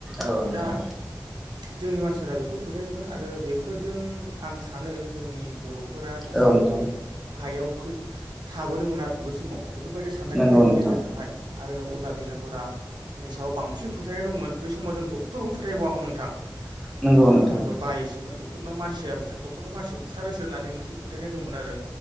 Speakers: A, in the centre; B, on the right (about 80°).
A: औ नोंथां।
B: दा जोंनि मानसिफोरा बेफोर फोथायोमोन आरो बेफोरजों आं सानो जोंनि बर' फोरा एसे
A: औ नोंथां
B: गाहायाव फो-थाबोदोंमोन आरो बै समाव बेफोरबायदि साननाय
A: नंगौ
B: हनायनि
A: नोंथां
B: गेजेरजोंहाय आरो अज जा बेजाफोरा नि सायाव बांसिन फोथायनाय दंमोन बेै समाव जों डक्टरखौनो फोथायबावामोन नोंथां। डक्टर
A: नंगौ नोंथां
B: होनोबा बायोसोमोन ड क्टरनाव मानसिया बुथार डक्टरफ्रा मानसिखौ बुथारोसो होननानै मोनसे फोथायनाय दंमोन आरो